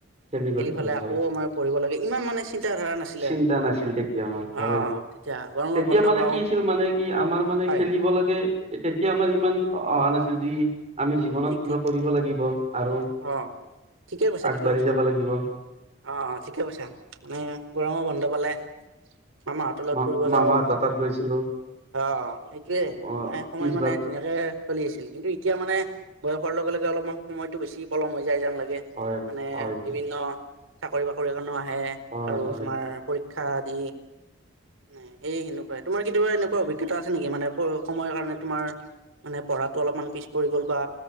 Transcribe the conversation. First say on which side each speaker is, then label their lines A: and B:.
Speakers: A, on the right (about 30°); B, on the right (about 85°).
A: তেনেকুৱা
B: খেলি
A: ধৰণৰ
B: ফালে আকৌ
A: হয়
B: আমাৰ পঢ়িব লাগে ইমান মানে চি তিয়া ধৰা নাছিলে
A: চিন্তা
B: আৰু
A: নাছিল তেতিয়া
B: অ
A: হয়
B: তেতিয়া গৰমৰ
A: তেতিয়া
B: বন্ধ
A: মানে
B: পাওঁ।
A: কি আছিল মানে কি আমাৰ মানে
B: হয়
A: খেলিব লাগে এ তেতিয়া আমাৰ ইমান অহা নাছিল যি আমি জীৱনত
B: ঠিক
A: কিবা
B: ঠিক
A: কৰিব লাগিব আৰু
B: অ', ঠিকে কৈছা
A: আগবাঢ়ি
B: ঠিকে কৈছা
A: যাব লাগিব।
B: অ ঠিকে কৈছা মানে গৰমৰ বন্ধ পালে মামাহঁতৰ লগত
A: মা
B: ফুৰিব
A: মামাহঁতৰ
B: যাওঁ।
A: তাত গৈছিলো
B: অ সেইটোয়ে
A: অ
B: মানে সময়
A: পিছবা
B: মানে ধুনীয়াকে চলি আছিল কিন্তু এতিয়া মানে বয়সৰ লগে লগে অলপমান সময়টো বেছি পলম হৈ যায় যেন লাগে।
A: হয়
B: মানে
A: হয়
B: বিভিন্ন চাকৰি বাকৰি কাৰণেও আহে
A: হয়
B: আৰু
A: হয়
B: তোমাৰ পৰি ক্ষা দি নে সেই সেনেকুৱাই, তোমাৰ কেতিয়াবা এনেকুৱা অভিজ্ঞতা থে নেকি মানে পঢ়োঁ সময়ৰ কাৰণে তোমাৰ মানে পঢ়াটো অলপমান পিছ পৰি গ'ল বা